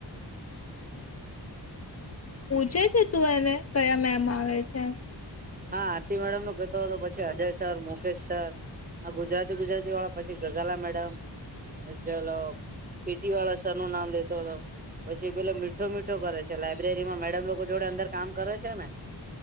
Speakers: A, on the left (about 40°); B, on the right (about 20°).
A: પૂછે છે તું એને કયા મેમ આવે છે
B: હા આરતી મેડમ નું કેતો હતો પછી અજય સર મુકેશ સર. આ ગુજરાતી ગુજરાતી વાળા પછી ગઝાલા મેડમ <unintelligible> પીટી વાળા સરનું નામ લેતો હતો પછી પેલા મીઠો મીઠો કરે છે લાઈબ્રેરીમાં મેડમ લોકો જોડે અંદર કામ કરે છે ને